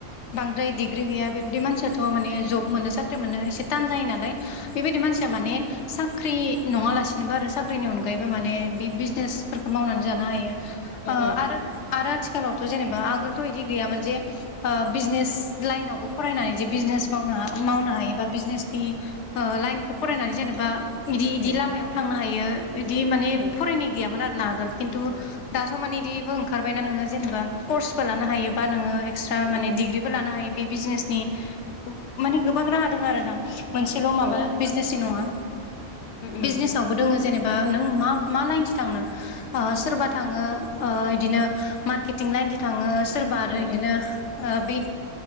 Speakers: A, on the left (about 65°); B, on the left (about 80°).
A: बांद्राय डिग्रि गैया बेबायदि मानसियाथ माने जब मोनो साख्रि मोनो एसे तान जायो नालाय बेबायदि मानसिया माने साख्रि नङालासिनोबो आरो साख्रिनि अनगायैबो माने बे बिजनेस फोरफोरखौ मावनानै जानो हायो
B: औ उम
A: आरो आरो आथिखालावथ जेनेबा आगोलथ बिदि गैयामोन जे ओ बिजनेस लाइनावबो फरायनानै जे बिजनेस मावनो मावनो हायो एबा बिजनेसनि लाइनखौ फरायनानै जेनेबा इदि इदि
B: उम
A: लामायाव थांनो हायो इदि माने
B: उम
A: फरायनाय गैयामोन आरो ना आगोल खिन्थु
B: औ
A: दाथ माने इदिबो ओंखारबाय ना नोङो जेनेबा कर्सबो लानो हायोबा नोङो एकस्रा
B: उम
A: माने
B: उम
A: डिग्रिबो लानो हायोबा बे बिजनेसनि माने गोबां राहा दङ आरो ना मोनसेल माबा
B: औ उम
A: बिजनेसनि नङा
B: उम
A: बिजनेसावबो दोङ जेनेबा नों मा मा लाइनसो थांनो ओ सोरबा थाङो ओ बिदिनो मारकेतिं लाइनथिं थांङो सोरबा आरो
B: उम
A: बिदिनो
B: उम
A: ओ बेज